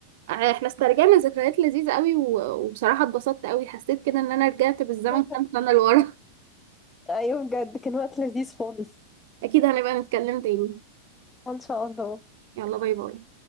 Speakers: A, on the right (about 50°); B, on the left (about 15°).
A: آه، احنا استرجعنا ذكريات لذيذة قوي و- وبصراحة اتبسطت قوي حسيت كده ان انا رجعت بالزمن
B: أنا
A: كام
B: كمان.
A: سنة لورا
B: أيوة بجد كان وقت لذيذ خالص
A: <laughs> اكيد هنبقى نتكلم تاني
B: إن شاء الله
A: يلا باي باي